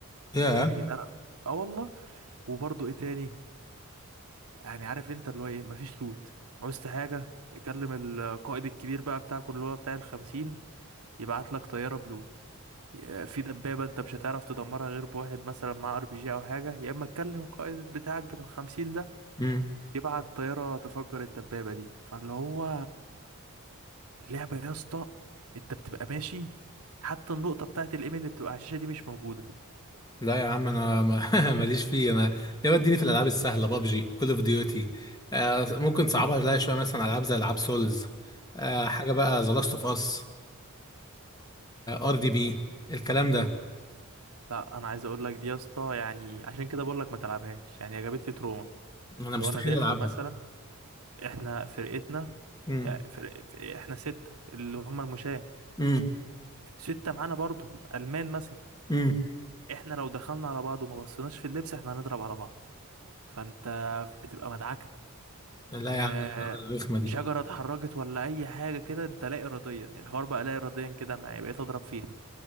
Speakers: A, on the left (about 15°); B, on the right (about 80°).
A: يا
B: يعني ده اه والله وبرضه ايه تاني يعني عارف انت اللي هو ايه مفيش لوت عوزت حاجة يكلم القائد الكبير بقى بتاعك اللي هو بتاع الخمسين يبعت لك طيارة بلوت ي- في دبابة انت مش هتعرف تدمرها غير بواحد مثلا معاه ار بي جي او حاجة يا اما تكلم القائد بتاعك بالخمسين ده
A: امم
B: يبعت طيارة تفجر الدبابة دي فاللي هو لعبة يا اسطى انت بتبقى ماشي حتى النقطة بتاعت الايميل اللي بتبقى على الشاشة دي مش موجودة
A: لا يا عم انا ما- <laughs> ماليش فيه انا يابا اديني في الالعاب السهله بابجي كول اوف ديوتي آه ممكن صعبها لها شويه مثلا العاب زي العاب سولز آه حاجه بقى ذا لاست اوف اس ار دي بي الكلام ده
B: لا انا عايز اقول لك دي يا اسطى يعني عشان كده بقول لك ما تلعبهاش يعني هي جابت لي تروما
A: انا
B: لو
A: مستحيل
B: انا داخل
A: العبها
B: مثلا احنا فرقتنا
A: امم
B: يعني فرق... احنا ستة اللي هم المشاة
A: امم
B: فستة معانا برضو ألمان مثلا
A: امم
B: احنا لو دخلنا على بعض وما بصيناش في اللبس احنا هنضرب على بعض فانت بتبقى مدعكة
A: لا
B: اه...
A: يا عم الرخمه دي
B: شجرة اتحركت ولا أي حاجة كده انت لا إراديا الحوار بقى لا إراديا كده معايا بقيت أضرب فيها